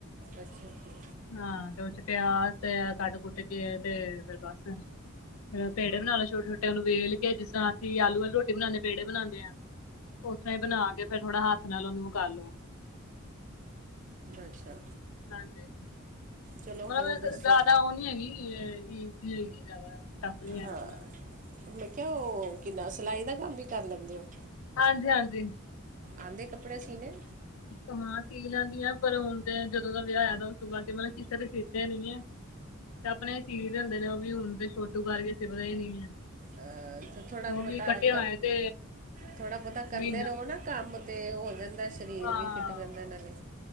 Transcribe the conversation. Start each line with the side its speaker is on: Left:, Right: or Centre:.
Right: ਅੱਛਾ ਅੱਛਾ
Left: ਹਾਂ ਤੇ ਉਹ ਪਿਆਜ਼ ਤੇ ਕੱਟ ਕੁੱਟ ਕੇ ਤੇ ਫਿਰ ਬਸ ਪੇੜੇ ਬਣਾ ਲਓ, ਛੋਟੇ ਛੋਟੇ ਨੂੰ ਵੇਲ ਕੇ, ਜਿਸ ਤਰ੍ਹਾਂ ਅਸੀਂ ਆਲੂ ਆਲੀ, ਰੋਟੀ ਬਣਾਉਦੇ, ਪੇੜੇ ਬਣਾਉਦੇ ਹਾਂ ਉਸ ਤਰਾਂ, ਹੀ ਬਣਾ ਕੇ, ਫਿਰ ਥੋੜਾੱ ਹੱਥ ਨਾਲ ਉਹਨੂੰ ਕਰਲੋ
Right: ਅੱਛਾ।
Left: ਹਾਂਜੀ,
Right: ਚਲੋ
Left: ਮਤਲੱਬ
Right: ਹੋਰ ਦੱਸੋ
Left: ਜ਼ਿਆਦਾ ਉਹ ਨੀ ਹੈਗੀ, ਹੈਗੀ ਹੈ ਜ਼ਿਆਦਾ ਟਫ ਨੀ ਹੈਗਾ
Right: ਹਾਂ,
Left: ਬਣਾਉਣਾ
Right: ਮੈਂ ਕਿਹਾ ਉਹ ਕਿੰਨਾ ਸਿਲਾਈ ਦਾ ਕੰਮ ਵੀ ਕਰ ਲੈਂਦੇ ਹੋ?
Left: ਹਾਂਜੀ -ਹਾਂਜੀ।
Right: ਆਂਦੇ ਕੱਪੜੇ ਸੀਣੇ?
Left: ਕਮਾਂ ਸੀ ਲੈਂਦੀ ਆਂ, ਪਰ ਹੁਣ ਤੇ ਜਦੋਂ ਦਾ ਵਿਆਹ ਹੋਇਆ, ਉਸ ਤੋਂ ਬਾਅਦ ਕੇ ਮਤਲੱਬ, ਕਿਸੇ ਦੇ ਸੀਤੇ ਨਹੀਂ ਹੈ ਤੇ, ਆਪਣੇ ਸੀਦੇ ਹੁੰਦੇ ਨੇ, ਉਹ ਵੀ ਹੁਣ ਤੇ ਛੋਟੂ ਕਰਕੇ ਸਿਪਦੇ ਹੀ ਨੀ ਹੈ।
Right: ਆ, ਥੋੜ੍ਹਾ ਬਹੁਤਾ,
Left: ਉਹ ਵੀ ਕੱਟਿਆ ਹੋਇਆ ਤੇ
Right: ਥੋੜਾ ਬਹੁਤਾ, ਕਰਦੇ
Left: ਮਹੀਨਾ
Right: ਰਹੋ ਨਾ। ਕੰਮ ਤੇ, ਹੋ ਜਾਂਦਾ ਸਰੀਰ
Left: ਹਾਂ
Right: ਵੀ, ਫਿੱਟ ਰਹਿੰਦਾ ਇਹਨਾਂ ਨੇ